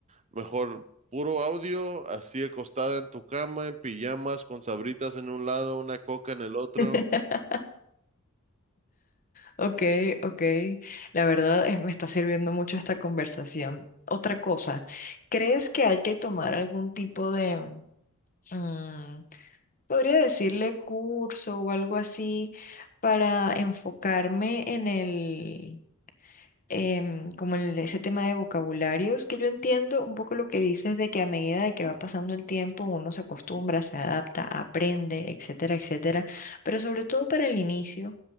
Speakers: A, on the right; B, on the left.
A: Mejor puro audio, así acostada en tu cama, en pijamas, con sabritas en un lado, una coca en el otro.
B: <laughs> Ok, ok. La verdad es- me está sirviendo mucho esta conversación. Otra cosa, ¿crees que hay que tomar algún tipo de, mm, podría decirle curso o algo así para enfocarme en el em, como el- ese tema de vocabularios, que yo entiendo un poco lo que dices de que a medida de que va pasando el tiempo uno se acostumbra, se adapta, aprende, etcétera, etcétera, pero sobre todo para el inicio,